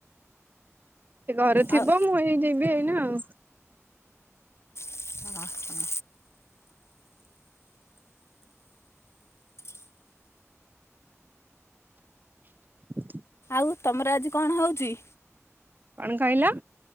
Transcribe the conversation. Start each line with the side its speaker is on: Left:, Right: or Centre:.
Right: ସେ ଘରେ ଥିବ
Left: ଆଉ
Right: ମୁଁ ଏଇ ଯିବି ଏଇନା ଆଉ।
Left: ଓ ହୋ।
Right: <inaudible>
Left: ଆଉ ତମର ଆଜି କଣ ହଉଛି?
Right: କଣ କହିଲ?